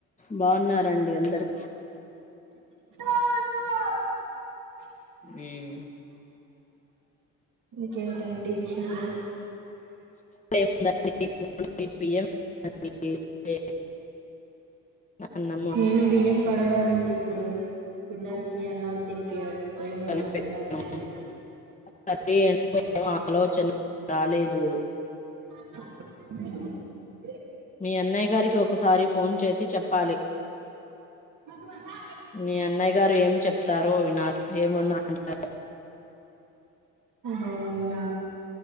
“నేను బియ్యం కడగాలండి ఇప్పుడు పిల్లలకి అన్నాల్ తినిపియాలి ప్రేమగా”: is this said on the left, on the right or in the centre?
Right